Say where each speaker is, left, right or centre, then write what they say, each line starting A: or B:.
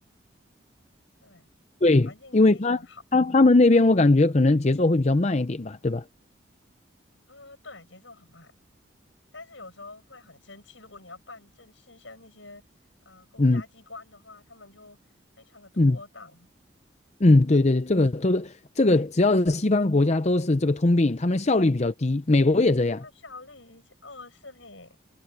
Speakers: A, on the left; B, on the left.
A: 对，
B: 对，
A: 环境非常好，
B: 因为他他他们那边我感觉可能节奏会比较慢一点吧，对吧？
A: 呃，对，节奏很慢，但是有时候会很生气，如果你要办正事，像那些呃公家机关的话，
B: 嗯
A: 他们就非常的拖档，
B: 嗯嗯，对对对，这个都是这个，只要是西方国家都是这个通病，他们效率比较低，美国也这样。
A: 那效率哦是嘿，